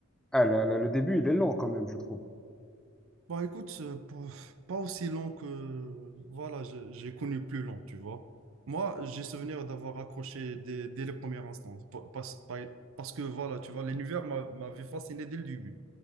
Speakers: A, in the centre; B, on the right (about 65°).
A: Ah, là, là, le début, il est long quand même, je trouve.
B: Bon, écoute, euh, pour- pas aussi long que... Voilà, je- j'ai connu plus long, tu vois. Moi, j'ai souvenir d'avoir accroché dès, dès les premières instants. Pa- Parce, par- parce que, voilà, tu vois, l'univers m'a- m'avait fasciné dès le début.